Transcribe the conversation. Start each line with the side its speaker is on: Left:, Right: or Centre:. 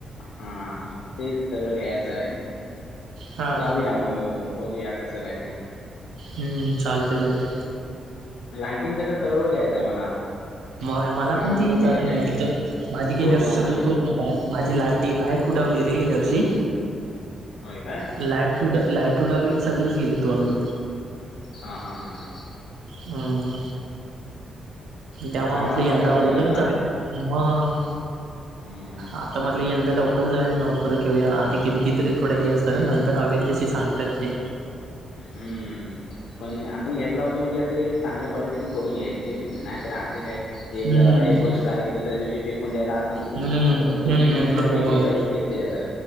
Left: हा मग ते सगळं घ्यायचं आहे.
Right: हा
Left: जाऊया मग बघूया कसं काय ते.
Right: हम्म. चालतंय, चालतंय.
Left: लाइटिंगच तर सर्व घ्यायचंय मला.
Right: मग मला
Left: लायटिंग
Right: पण ती
Left: घ्यायची
Right: जात नाही,
Left: आहे ती
Right: तिथं माझी
Left: तोरणं
Right: गेल्यावर्षी सगळी
Left: वगैरे
Right: तोरणं <unintelligible> माझी लायटी लाईट उडावली रे, गेल्या वर्षी.
Left: होय काय
Right: लाईट उड लाईट उडावली सगळीच गेली तोरण.
Left: हा हा, हा हा.
Right: हम्म त्यामुळे
Left: मग चांगलाच
Right: म्हटलं यंदा
Left: फटका
Right: अगोदरच
Left: भेटला तुला
Right: जाऊया. मग?
Left: हम्म
Right: आता मधलं यंदा लवकर जाऊ आणि लवकर घेऊया आधी किमतीतरी थोडं हे असतात
Left: हम्म.
Right: तर नंतर हवेेत तसे सांगतात ते.
Left: हम्म. पण आपण घेतला होतो म्हणजे, असे चांगल्या क्वालिटीचेच बघून घ्यायचे नाही तर असं काय.
Right: हम्म
Left: एक वर्ष झालं की दुसऱ्या दिवशी फेकून्यायला असं नको
Right: हम्म
Left: म्हणे चांगल्या दोन
Right: हम्म
Left: तीन वर्ष तरी
Right: नको
Left: टिकली
Right: होय
Left: पाहिजेत घेतलेल्यासार